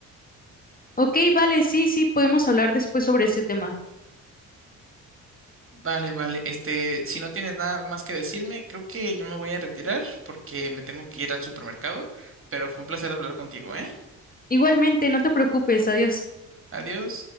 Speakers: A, on the left; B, on the right.
A: Ok, vale, sí, sí, podemos hablar después sobre ese tema.
B: Vale, vale. Este, si no tienes nada más que decirme, creo que yo me voy a retirar porque me tengo que ir al supermercado, pero fue un placer hablar contigo, ¿eh?
A: Igualmente, no te preocupes, adiós.
B: Adiós.